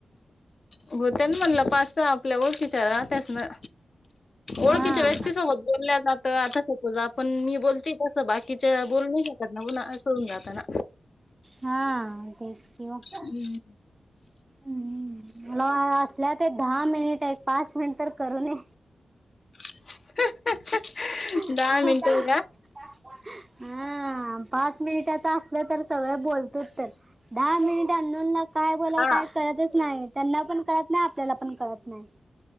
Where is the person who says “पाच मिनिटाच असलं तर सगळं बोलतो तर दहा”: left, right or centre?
Right